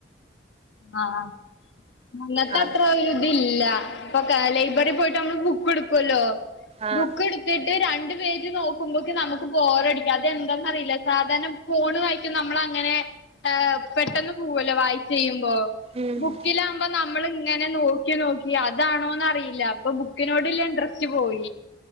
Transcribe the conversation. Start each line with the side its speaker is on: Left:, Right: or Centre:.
Left: ആഹ് നല്ലത്
Right: ആണ്
Left: അത്രയ് ല്ല ലൈബ്രറി പോയിട്ട് നമ്മള് ബുക്ക് എടുക്കല്ലോ
Right: ആഹ്
Left: ബുക്ക് ഇട്ട് രണ്ട് പേജ് നോക്കുമ്പോക്ക് നമുക്ക് ബോറടിക്കും അതെന്താന്നറിയില്ല സാധാര ഫോണ് വായിക്കും നമ്മള് അങ്ങനെ ഹെ പെട്ടെന്ന് പോവല്ലോ വായിച്ച് കയ്യും ഇപ്പെ
Right: ഉം
Left: ബുക്ക് ലാവു അപ്പൊ നമ്മള് ഇങ്ങനെ നോക്കി നോക്കി അതാണോന്ന് അറിയില്ല അപ്പൊ ബുക്കിനോട്ള്ള ഇൻട്രസ്റ്റ് പോയി